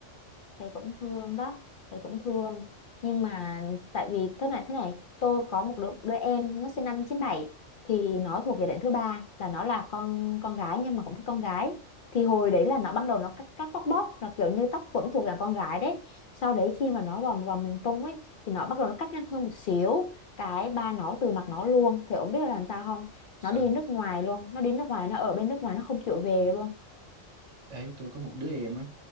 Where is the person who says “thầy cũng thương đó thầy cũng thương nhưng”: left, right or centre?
Left